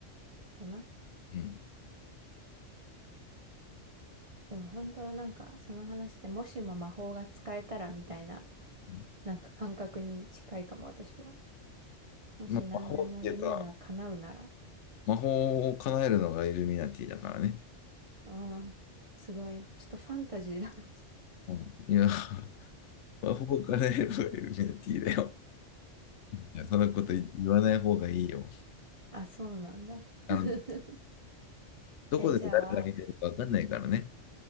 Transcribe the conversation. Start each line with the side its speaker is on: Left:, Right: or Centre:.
Right: かな。
Left: ん。
Right: でも本当なんか、その話って、もしも魔法が使えたらみたいな、
Left: うん
Right: なんか感覚に近いかも、私は。もし何でも夢が叶うなら。
Left: まあ、魔法っていうか、魔法を叶えるのがイルミナティだからね。
Right: ああ、すごい。ちょっとファンタジーだな。
Left: うん。いや、<laughs> 魔法を叶えるのがイルミナティだよ。いや、そんなこと言言わない方がいいよ。
Right: <laughs> あ、そうなんだ。
Left: あの、
Right: <laughs>
Left: どこで誰が見てるかわかんないからね。
Right: え、じゃあ、